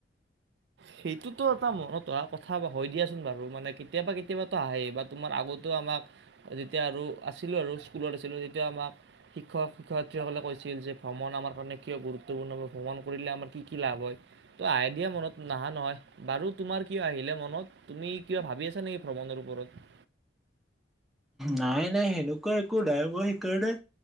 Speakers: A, on the right; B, in the centre.
A: সেইটোতো এটা মনত অহা কথা হয় দিয়াচোন বাৰু, মানে কেতিয়াবা-কেতিয়াবাটো আহে বাট তোমাৰ আগতেো আমাক যেতিয়া আৰু আছিলোঁ আৰু স্কুলত আছিলোঁ তেতিয়া আমাক- শিক্ষক-শিক্ষয়িত্ৰী সকলে কৈছিল যে ভ্ৰমণ আমাৰ কাৰণে কিয় গুৰুত্বপূৰ্ণ ভ্ৰমণ কৰিলে আমাৰ কি কি লাভ হয়। ত' আইডিয়া মনত- নাহে নহয়। বাৰু তোমাৰ কিয় আহিলে মনত তুমি কিবা ভাবি আছা নেকি ভ্ৰমণৰ ওপৰত?
B: নাই-নাই সেনেকুৱা একো নাই হোৱা সেইকাৰণে-